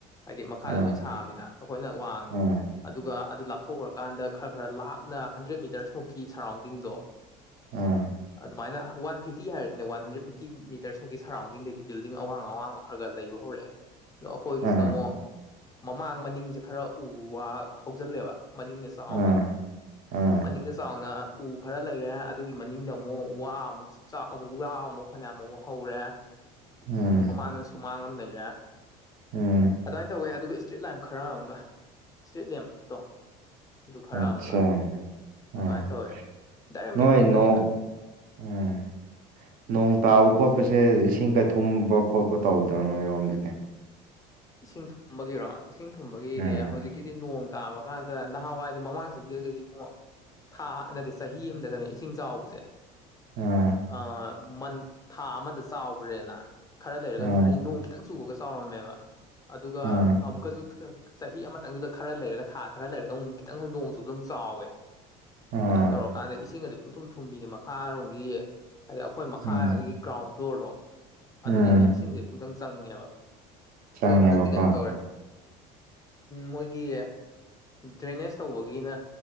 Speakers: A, on the left; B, on the right.
A: ꯍꯥꯏꯗꯤ ꯃꯈꯥꯗ
B: ꯎꯝ
A: ꯂꯣꯏꯟ ꯁꯥꯕꯅꯤꯅ ꯑꯩꯈꯣꯏꯅ ꯋꯥꯡꯉꯦ
B: ꯎꯝ
A: ꯑꯗꯨꯒ ꯑꯗꯨ ꯂꯥꯞ ꯊꯣꯛꯈ꯭ꯔꯀꯥꯟꯗ ꯈꯔ ꯈꯔ ꯂꯥꯞꯅ ꯍꯟꯗ꯭ꯔꯦꯗ ꯃꯤꯇꯔꯁ ꯃꯨꯛꯀꯤ ꯁꯔꯥꯎꯟꯗꯤꯡꯗꯣ
B: ꯎꯝ
A: ꯁꯨꯃꯥꯏꯅ ꯋꯥꯟ ꯐꯤꯞꯇꯤ ꯍꯥꯏꯔꯤꯁꯤꯅꯦ ꯋꯥꯟ ꯍꯟꯗ꯭ꯔꯦꯗ ꯐꯤꯞꯇꯤ ꯃꯤꯇꯔꯁ ꯃꯨꯛꯀꯤ ꯁꯔꯥꯎꯟꯡꯗꯤꯡꯗꯩ ꯕꯤꯜꯗꯤꯡ ꯑꯌꯥꯡ ꯑꯋꯥꯥꯡꯕ ꯈꯔ ꯈꯔ ꯂꯩꯕ ꯍꯧꯔꯛꯑꯦ ꯑꯗꯣ ꯑꯩꯈꯣꯏꯒꯤꯁꯤꯅ
B: ꯎꯝ
A: ꯑꯃꯨꯛ ꯃꯃꯥꯡ ꯃꯅꯤꯡꯁꯦ ꯈꯔ ꯎ ꯋꯥ ꯍꯧꯖꯤꯜꯂꯦꯕ ꯃꯅꯤꯡꯗ ꯆꯥꯎꯅ
B: ꯎꯝ ꯎꯝ
A: ꯃꯅꯤꯡꯗ ꯆꯥꯎꯅ ꯎ ꯈꯔ ꯂꯩꯔꯦ ꯑꯗꯨꯒꯤ ꯃꯅꯤꯡꯗ ꯑꯃꯨꯛ ꯋꯥ ꯑꯃꯨꯛ ꯆꯥꯛ ꯋꯥ ꯑꯃꯨꯛ ꯐꯅꯌꯥꯝ ꯑꯃꯨꯛ ꯍꯧꯔꯦ
B: ꯎꯝ
A: ꯃꯃꯥꯡꯗ ꯁꯨꯃꯥꯡ ꯑꯃ ꯂꯩꯔꯦ
B: ꯎꯝ
A: ꯑꯗꯨꯃꯥꯏꯅ ꯇꯧꯋꯦ ꯑꯗꯨꯒ ꯏꯁꯇ꯭ꯔꯤꯠ ꯂꯦꯝ ꯈꯔ ꯑꯃꯒ ꯏꯁꯇ꯭ꯔꯤꯠ ꯂꯦꯝꯞꯇꯣ ꯑꯗꯨ ꯈꯔ
B: ꯑꯠꯆꯥ
A: ꯑꯃꯒ
B: ꯑꯥ
A: ꯑꯗꯨꯃꯥꯏꯅ ꯇꯧꯋꯦ ꯗꯥꯏꯔꯦꯛ
B: ꯅꯣꯏ
A: ꯃꯦꯟ ꯔꯣꯗꯠꯇꯅꯤꯗ
B: ꯅꯣꯡ ꯎꯝ ꯅꯣꯡ ꯇꯥꯕ ꯈꯣꯠꯄꯁꯦ ꯏꯁꯤꯡ ꯀ ꯊꯨꯝꯕ ꯈꯣꯠꯄ ꯇꯧꯗꯕꯅꯣ ꯅꯣꯏꯔꯣꯝꯗꯒꯤ
A: ꯏꯁꯤꯡ ꯊꯨꯝꯕꯒꯤꯔꯣ ꯏꯁꯤꯡ ꯊꯨꯝꯕꯒꯤꯗꯤ
B: ꯎꯝ
A: ꯍꯧꯖꯤꯛ ꯒꯤꯗꯤ ꯅꯣꯡ ꯇꯥꯕ ꯀꯥꯟꯗ ꯅꯍꯥꯟꯋꯥꯏꯗꯤ ꯃꯃꯥꯡ ꯆꯍꯤ ꯍꯔꯒꯗꯤ ꯏꯕꯨꯡꯉꯣ ꯊꯥ ꯅꯠꯇꯦ ꯆꯍꯤ ꯑꯃꯗꯒꯅꯦ ꯏꯁꯤꯡ ꯆꯥꯎꯕꯁꯦ
B: ꯎꯝ
A: ꯑ ꯃꯟꯠ ꯊꯥ ꯑꯃꯗ ꯆꯥꯎꯈ꯭ꯔꯦꯅ ꯈꯔ ꯂꯩꯔꯒ
B: ꯎꯝ
A: ꯍꯥꯏꯗꯤ ꯅꯣꯡ ꯈꯤꯇꯪ ꯆꯨꯕꯒ ꯆꯥꯎꯔꯝꯃꯦꯕ ꯑꯗꯨꯒ
B: ꯎꯝ
A: ꯑꯃꯨꯛꯀꯁꯨ ꯆꯍꯤ ꯑꯃꯇꯪꯗꯨꯗ ꯈꯔ ꯂꯩꯔꯒ ꯊꯥ ꯈꯔ ꯂꯩꯔꯒ ꯑꯃꯨꯛ ꯈꯤꯇꯪꯪ ꯅꯣꯡꯁꯨꯕ ꯑꯗꯨꯗ ꯆꯥꯎꯋꯦ
B: ꯎꯝ
A: ꯑꯗꯨꯃꯥꯏꯅ ꯇꯧꯔꯀꯥꯟꯗ ꯏꯁꯤꯡ ꯒꯗꯤ ꯄꯨꯡꯊꯨꯝ ꯊꯨꯝꯕꯤꯅꯤ ꯃꯈꯥꯔꯣꯝꯒꯤ ꯍꯥꯏꯗꯤ ꯑꯩꯈꯣꯏ ꯃꯈꯥꯒꯤ
B: ꯎꯝ
A: ꯒ꯭ꯔꯥꯎꯟ ꯐ꯭ꯂꯣꯔꯗꯣ ꯑꯗꯨꯗꯗꯤ
B: ꯎꯝ
A: ꯏꯁꯤꯡꯁꯦ ꯄꯨꯡꯁꯪ ꯆꯪꯉꯦꯕ
B: ꯆꯪꯉꯦꯕꯀꯣ
A: ꯑꯗꯣ ꯍꯟꯗꯛꯇꯤ ꯀꯩꯅꯣ ꯇꯧꯔꯦ ꯃꯣꯏꯒꯤ ꯗ꯭ꯔꯦꯅꯦꯖ ꯇꯧꯕꯒꯤꯅ